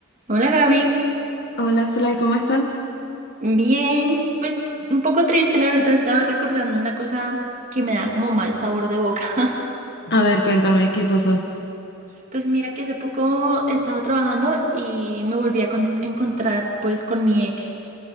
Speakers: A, on the right (about 35°); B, on the left (about 50°).
A: Hola Gaby,
B: Hola, Zulay, ¿cómo estás?
A: bien, pues un poco triste, la verdad, estaba recordando una cosa que me da como mal sabor de boca. <laughs>
B: A ver, cuéntame, ¿qué pasó
A: Pues mira que hace poco estaba trabajando y me volví a con- a encontrar pues con mi ex